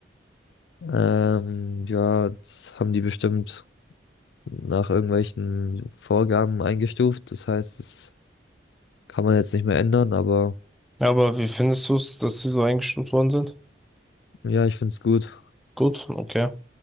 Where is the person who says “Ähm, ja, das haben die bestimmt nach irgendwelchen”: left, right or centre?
Left